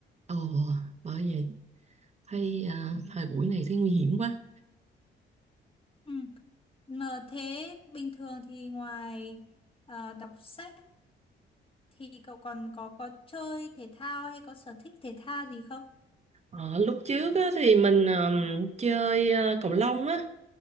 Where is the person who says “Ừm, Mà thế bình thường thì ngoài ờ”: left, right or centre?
Left